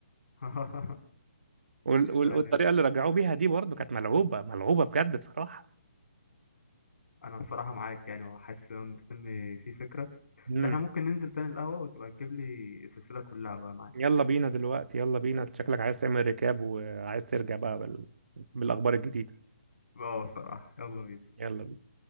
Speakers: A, on the left; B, on the right.
A: <laughs>
B: وال- وال-
A: يعني
B: والطريقه اللي رجعوه بيها دي برضه كانت ملعوبه ملعوبه بجد بصراحه
A: انا بصراحة معاك يعني وحاسس ان الفيلم فيه فكرة بس
B: امم
A: احنا ممكن ننزل تاني القهوة وتبقى تجيب لي السلسلة كلها بقى معاك
B: يلا بينا دلوقتي يلا بينا شكلك عايز تعمل ريكاب وعايز ترجع بقى بال... بالاخبار الجديده
A: اه بصراحة يلا بينا
B: يلا